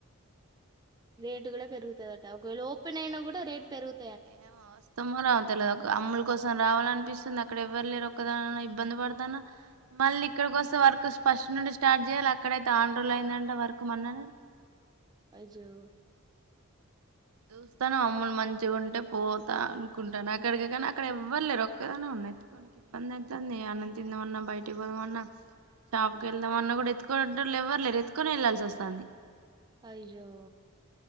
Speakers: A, on the right; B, on the right.
A: రేట్ కూడా పెరుగుతుదట ఒకవేళ ఓపెన్ అయినా కూడా రేట్ పెరుగ్
B: ఏమో వస్తమో రామో తెలదు ఒక అమ్ముల్ కోసం రావాలన్ పిస్తుంది అక్కడ ఎవ్వరు లేరు ఒకదానా ఇబ్బంది పడతాన, మళ్ళీ ఇక్కడికి వస్తే వర్క్ ఫస్ నుండి స్టార్ట్ చేయాలి అక్కడైతే ఆండ్రు అయిందంటడి వర్క్ మన్న నే.
A: అ జో
B: చూస్తానం అమ్మున్ మంచిగా ఉంటే పోతా అనుకుంటాను అక్కడికి కానీ అక్కడ ఎవ్వరులేరు ఒక్కదనే ఉన్నా ఎత్తుకోడానికి ఇబ్బంది అవుతంది, అన్నం తిందామన్నా, బయటకి పోదామన్నా, షాప్కి వెళ్దామన్నా, కూడా ఎత్తుకనింట వాళ్ళు ఎవ్వరులేరు ఎత్తుకొని వెళ్ళాల్సి వస్తాంది.
A: అయ్యో